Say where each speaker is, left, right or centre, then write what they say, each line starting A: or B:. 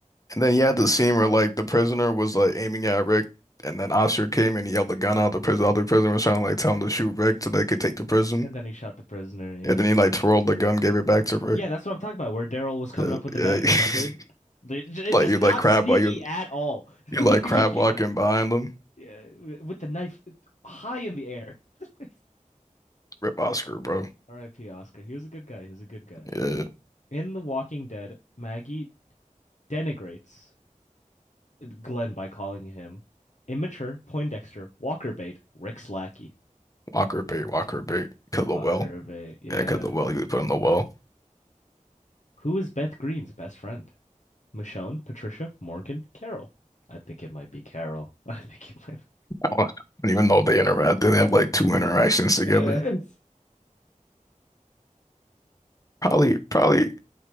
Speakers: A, on the left; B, on the left.
A: And then you had the scene where like the prisoner was like aiming at Rick, and then Oscar came and he yelled the gun out of the prison. All the prisoner was trying to like tell him to shoot Rick so they could take the prison.
B: And then he shot the prisoner. Yeah.
A: And then he like twirled the gun, gave it back to Rick.
B: Yeah, that's what I'm talking about, where Daryl was coming
A: Yeah,
B: up with the
A: yeah.
B: knife,
A: <laughs>
B: remember? They- It's
A: Like
B: just
A: you
B: not
A: like crab
B: sneaky
A: while you
B: at all.
A: you
B: <laughs>
A: like
B: Like,
A: crab
B: just
A: walking behind them.
B: yeah, with the knife high in the air. <laughs>
A: Rip Oscar, bro.
B: R.I.P. Oscar. He was a good guy. He was a good guy.
A: Yeah,
B: In The Walking Dead, Maggie denigrates Glenn by calling him immature, Poindexter, Walker bait, Rick's lackey.
A: Walker bait, Walker bait, cause
B: Walker
A: the well.
B: bait, yeah.
A: Yeah, cause the well he was put in the well.
B: Who is Beth Greene's best friend? Michonne, Patricia, Morgan, Carol. I think it might be Carol. <laughs> I think it might.
A: <laughs> I don't even know if they interact. They have like two interactions together.
B: Yes.
A: Probably, probably.